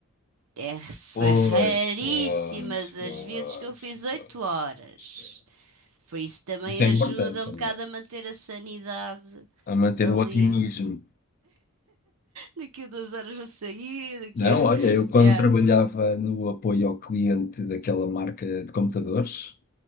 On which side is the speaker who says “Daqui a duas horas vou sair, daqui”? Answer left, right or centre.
Right